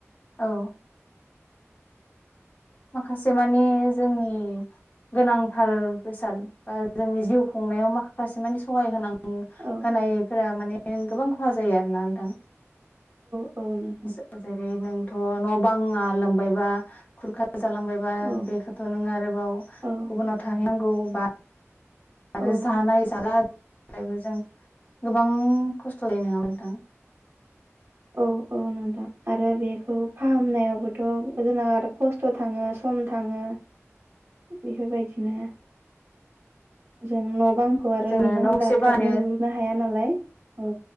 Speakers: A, on the left (about 35°); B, on the right (about 50°).
A: औ माखासे माने जोंनि गोनांथार बेसाद बा जोंनि जिउ खुंनायाव माखासे मानि सहाय होनां
B: औ
A: होनायफोरा माने गोबां खहा जायो आरोना नोंथां
B: औ नोंथां
A: जे जेरै नों थ न बाङा लोमबायबा खुरखा जालांबायबा
B: औ
A: बेखौथ नों आरोबाव
B: औ
A: गुबुनाव थाहैनांगौ औ बा
B: औ
A: आरो जानाय जारा ओमफायबो जों गोबां खस्थ लै नङा नोंथा
B: औ औ नोंथां आरो बे औ फाहामनायावबोथ जोंना आरो खस्थ थाङो सम थाङो बेफोरबायदिनो जेन न' बांखौ आरो
A: जोङो
B: लुनो
A: न' गंसे
B: होनबा थाबनो
A: बानो
B: लुनो हाया नालाय औ